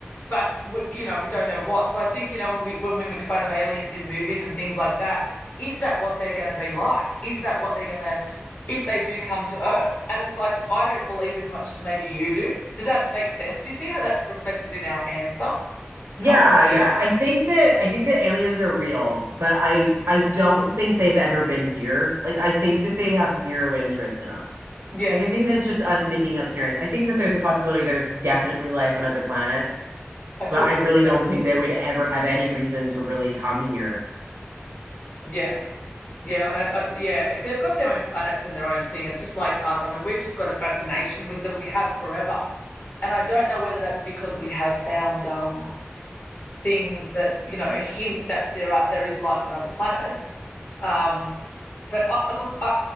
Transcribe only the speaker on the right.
Yeah,
yeah. I think that I think that aliens are real, but I I don't think they've ever been here. Like I think that they have zero interest in us.
Like I think that's just us making up scenarios. I think that there's a possibility there's definitely life on other planets,
but
I really
don't
think they would ever have any reason to really come here.